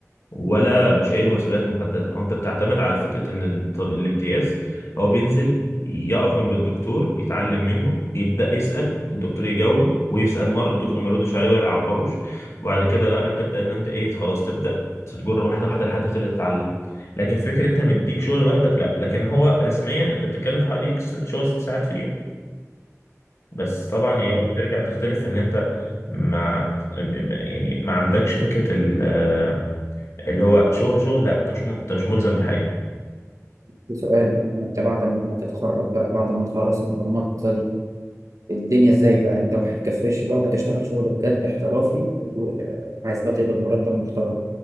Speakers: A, on the left; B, on the right.
A: ولا
B: مم.
A: مش قايله مسؤوليات محدده او انت بتعتمد على فكره ان ال- طب الامتياز هو بينزل يقف جنب الدكتور يتعلم منه يبدا يسال الدكتور يجاوبه ويسال مره الدكتور ما يردش عليه ولا يعبروش وبعد كده بقى تبدا ان انت ايه خلاص تبدا تتجر واحده واحده لحد ما تبدا تتعلم لكن فكره انت مديك شغل لوحدك لا لكن هو رسميا انت بتتكلم في حوالي س- شغل ست ساعات في اليوم بس طبعا يعني
B: طب
A: ترجع تختلف ان انت ما م- يعني ما عندكش فكرة ال- آه، اللي هو شغل شغل لا انت مش م- انت مش ملزم بحاجة
B: في سؤال بقى يعني انت بعد ما تتخرج بقى بعد ما تخلص المرمطه دي الدنيا ازاي بقى انت وحد فريش بقى وهتشتغل شغل بجد احترافي وعايز بقى تقبض مرتب محترم